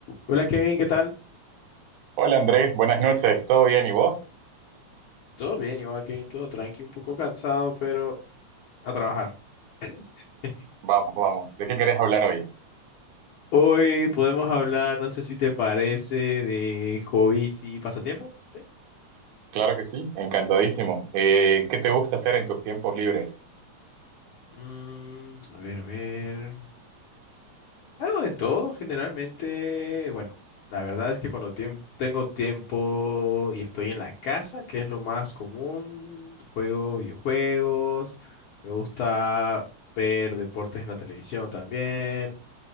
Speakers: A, on the left; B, on the right.
A: Hola Kevin, ¿qué tal?
B: Hola Andrés, buenas noches, ¿todo bien y vos?
A: Todo bien, igual Kevin, todo tranqui, un poco cansado, pero a trabajar. <laughs>
B: Vamos, vamos, ¿de qué querés hablar hoy?
A: Hoy podemos hablar, no sé si te parece, de hobbies y pasatiempos. ¿sí?
B: Claro que sí, encantadísimo. Eh, ¿qué te gusta hacer en tus tiempos libres?
A: Mm, a ver, a ver. Algo de todo, generalmente. Bueno, la verdad es que cuando tiem- tengo tiempo y estoy en la casa, que es lo más común, juego videojuegos, me gusta ver deportes en la televisión también.